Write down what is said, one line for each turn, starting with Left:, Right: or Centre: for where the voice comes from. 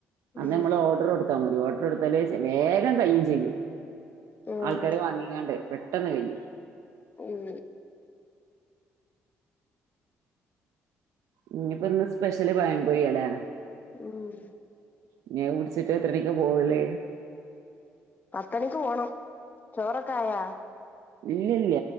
Right: അന്ന്
Left: ഉം
Right: നമ്മള് ഓർഡർ കൊടുത്താൽ മതി ഓർ കൊടുത്തല് വെച്ചാ വേഗം കയ്യും ചെയ്യും
Left: ഏഹ്
Right: ആൾക്കാര് വാങ്ങിക്കാണ്ട് പെട്ടെന്ന് കയ്യും
Left: ഉം
Right: ഇനിയിപ്പോ ഇന്ന് സ്പെഷ്യല് പഴംപൊര്യാല്ലേ
Left: ഉം
Right: ഇനി അത് കുടിച്ചിട്ട് എത്രമണിക്കാ പോവല്
Left: പത്ത് മണിക്ക് പോണം ചോറൊക്കെ ആയോ
Right: ഇല്ലല്ല